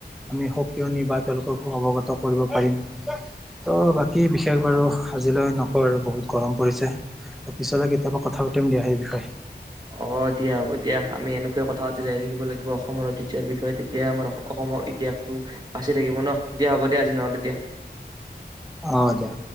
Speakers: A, in the centre; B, on the right.
A: আমি সকিয়নি বা তেওঁলোককো অৱগত কৰিব পাৰিম। ত' বাকী বিশেষ বাৰু আজিলৈ নকওঁ আৰু, বহুত গৰম পৰিছে। ত পিছলৈ কেতিয়াবা কথা পাতিম দিয়া সেই বিষয়ে।
B: অ দিয়া হ'ব দিয়া, আমি এনেকুৱয় কথা পাতি যাই থাকিব লাগিব। অসমৰ ঐতিহ্যয়ৰ বিষয়ে তেতিয়াই আমাৰ অসমৰ ইতিহাসটো বাচি থাকিব ন, দিয়া হ'ব দিয়া আজি নহ'লে দিয়া।
A: অ দিয়া।